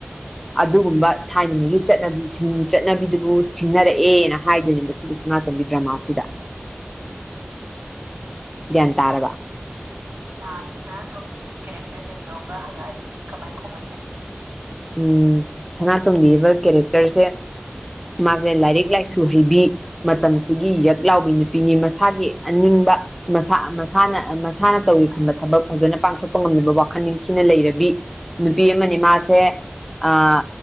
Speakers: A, in the centre; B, on the right (about 65°).
A: ꯑꯗꯨꯒꯨꯝꯕ ꯊꯥꯏꯅꯉꯩꯒꯤ ꯆꯠꯅꯕꯤꯁꯤꯡ ꯆꯠꯅꯕꯤꯗꯨꯕꯨ ꯁꯤꯡꯅꯔꯛꯑꯦꯅ ꯍꯥꯏꯗꯣꯏꯅꯦꯕ ꯁꯤꯒꯤ ꯁꯅꯥꯇꯣꯝꯕꯤ ꯗ꯭ꯔꯃꯥꯁꯤꯗ ꯒ꯭ꯌꯥꯟ ꯇꯥꯔꯕ
B: ꯇꯥꯔꯦ ꯁꯅꯥꯇꯣꯝꯕꯤꯒꯤ ꯀꯦꯔꯦꯛꯇꯔ ꯅꯩꯅꯧꯒ ꯍꯪꯉꯛꯑꯗꯤ ꯀꯃꯥꯏꯟ ꯈꯨꯝꯃꯅꯤ
A: ꯎꯝ ꯁꯅꯥꯇꯣꯝꯕꯤꯕ ꯀꯦꯔꯦꯛꯇꯔꯁꯦ ꯃꯥꯖꯦ ꯂꯥꯏꯔꯤꯛ ꯂꯥꯏꯁꯨ ꯍꯩꯕꯤ ꯃꯇꯝꯁꯤꯒꯤ ꯌꯛ ꯂꯥꯎꯕꯤ ꯅꯨꯄꯤꯅꯤ ꯃꯁꯥꯒꯤ ꯑꯅꯤꯡꯕ ꯃꯁꯥ ꯃꯁꯥꯅ ꯃꯁꯥꯅ ꯇꯧꯒꯦ ꯈꯟꯕ ꯊꯕꯛ ꯐꯖꯅ ꯄꯥꯡꯊꯣꯛꯄ ꯉꯝꯅꯕ ꯋꯥꯈꯟ ꯅꯤꯡꯊꯤꯅ ꯂꯩꯔꯕꯤ ꯅꯨꯄꯤ ꯑꯃꯅꯤ ꯃꯥꯁꯦ ꯑꯥ